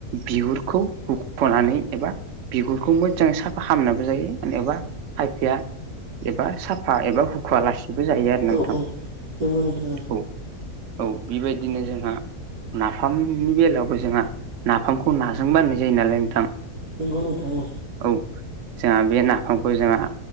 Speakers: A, on the right (about 60°); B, on the right (about 80°).
A: बिगुरखौ हुख'नानै एबा बिगुरखौ मोजां सा फा खामनाबो जायो एबा खायफाया एबा साफा एबा हुख'आ लासि बो जायो आरो नोंथां
B: औ औ नंगौ नोंथां
A: औ औ बेबायदिनो जोंहा नाफामनि बेलायावबो जोंहा नाफामखौ नाजों बानायनाय जायो नालाय नोंथां।
B: नंगौ नोंथां औ।
A: औ। जोंहा बे नाफामखौ जोंहा